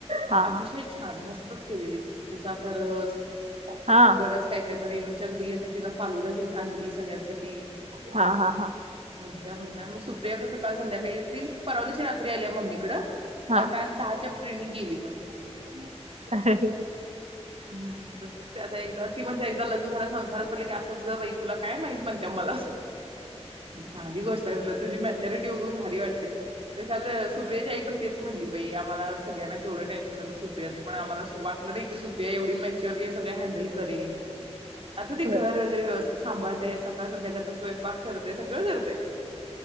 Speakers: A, on the right (about 75°); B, on the right (about 55°).
A: हा
B: अतिशय छान मस्त. केलेलीत, उसाचा रस
A: हा
B: बरच काय काय मरे तेनचा घरी गेलेल तिला फालुदा घेत आणली सगळ्यांसाठी
A: हा हा हा
B: मज्जा मज्जा! मग सुप्रिया कसं काल संध्याकाळी आलती ती, पररावा दिवशी रात्री आल्या मम्मी कडं?
A: हा
B: अ काल दहाच्या ट्रेन नी गेली पण
A: <unintelligible>
B: हम्म त्याचं एकदा ती म्हणत्या एकदा लग्न झालं, संसारात पडलं की असंच ग बाई, तुला काय माहित म्हण त्या मला. चांगली गोष्ट आहे म्हणलं तुझी मॅच्युरिटी बघून भारी वाटते. काल सुप्रियाची आई पण तेच म्हणली बाई आमाला सगळ्यांना केवढं टेनशन होत, सुप्रियाच पण आम्हाला असं वाटलं नाही की सुप्रिया एवढ मॅचुरली सगळ हँडल करेल, आता
A: होय
B: ते घर वगैरे व्यवस् सांभाळते, सकाळ संध्याकाळचा स्वयपाक करतेय सगळं करते.